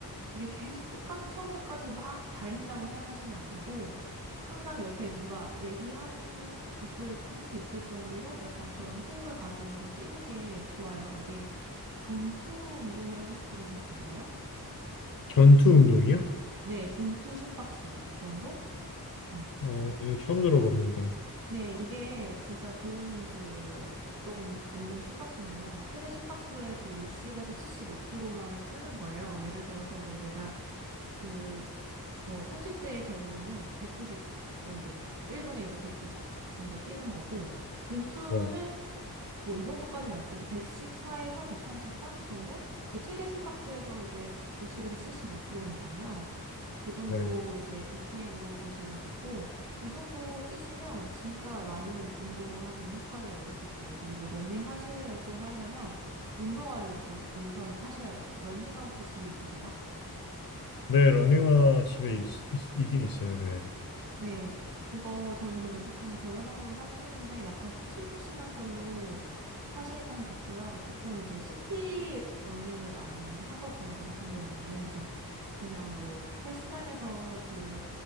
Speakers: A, on the right (about 70°); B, on the left (about 65°).
A: 이게 계속 끝까지 처음부터까지 막 달린다고 생각하시면 안 되고 항상 옆에 누가 얘기하는 있을 할 수 있을 정도로 약간 그런 호흡을 가지면서 뛰는 게 좋아요. 이게 존투 운동이라고 혹시 들어보셨나요?
B: 전투 운동이요?
A: 네, 존투 심박수 정도? 음.
B: 어, 예, 처음 들어봅니다.
A: 네, 이게 진짜 좋은 그 운동, 운동 심박수인데요. 최대 심박수의 그 60에서 75%만 쓰는 거예요. 예를 들어서 뭐 내가 그, 뭐 30세의 경우에는 190 정도, 1분에 이제 190 정도 뛰는 거고, 존투는
B: 네,
A: 뭐 이 정도까지는 안 뛰고 114에서 133 정도? 그게 최대 심박수에서 이제 60에서 75%니까요. 그 정도
B: 네.
A: 이제 BPM으로 보시면 되고, 이 정도 뛰시면 진짜 많은 운동하는 효과를 얻을 수 있어요. 그리고 러닝 하시려고 하려면 운동화를 우선, 우선 사셔야 돼요. 러닝화 혹시 집에 있으세요?
B: 네, 러닝화 집에 있, 있, 있긴 있어요, 네.
A: 네, 그거 저는 그냥 조금 저렴한 걸로 사긴 했는데 약간 푹신푹신한 걸로 사시면 좋고요. 보통 이제 시티 러닝을 많이 하거든요. 저 같은 경우에는 이제 그냥 뭐 헬스장에서 그